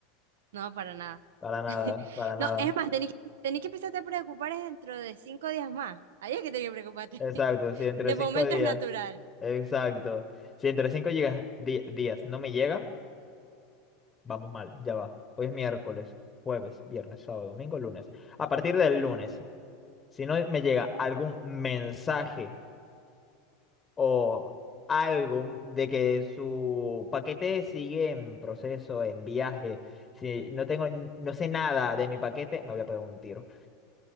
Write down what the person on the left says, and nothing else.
Para nada,
para nada.
Exacto,
si entre
5
días.
Exacto. Si entre 5 llegas, di- días no me llega, vamos mal, ya va. Hoy es miércoles, jueves, viernes, sábado, domingo, lunes. A partir del lunes. Si no me llega algún mensaje o algo un- de que su paquete sigue en proceso, en viaje, si no tengo, n- no sé nada de mi paquete, me voy a pegar un tiro.